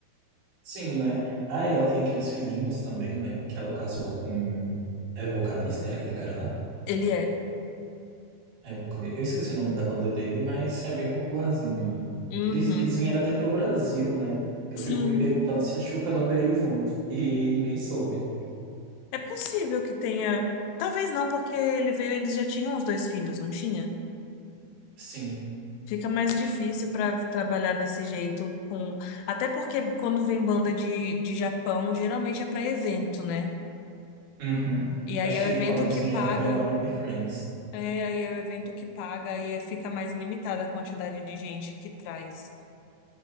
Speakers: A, on the right; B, on the left.
A: Sim, né? Ah, e ela tem aqueles filhinhos também, né? Que ela casou com. É vocalista, é aquele cara lá?
B: Ele é.
A: É vocalista. Eu esqueci o nome da banda dele, mas é bem popularzinho, né?
B: Uhum.
A: Eles, eles vieram até pro Brasil, né? Eu
B: Sim.
A: fico me perguntando se a Xuca não veio junto. E ninguém soube.
B: É possível que tenha. Talvez não, porque ele veio, eles já tinham os dois filhos, não tinha?
A: Sim.
B: Fica mais difícil para trabalhar desse jeito com. Até porque quando vem banda de, de Japão, geralmente é para evento, né?
A: Uhum.
B: E aí
A: Acho
B: é
A: que
B: o evento
A: quando eles
B: que
A: vieram
B: paga.
A: foi no Anime Friends.
B: É, aí é o evento que paga, aí é- fica mais limitada a quantidade de gente que traz.